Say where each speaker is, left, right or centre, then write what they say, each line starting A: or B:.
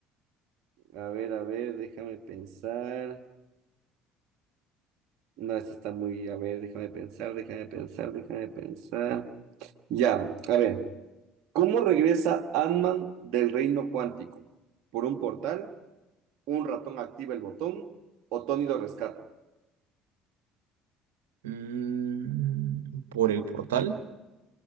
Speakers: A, on the right; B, on the right.
A: A ver, a ver, déjame pensar. No, esta está muy, a ver, déjame pensar, déjame pensar, déjame pensar. Ya, a ver. ¿Cómo regresa Ant-Man del reino cuántico? ¿Por un portal? ¿Un ratón activa el botón? ¿O Tony lo rescata?
B: Mm, ¿por el portal?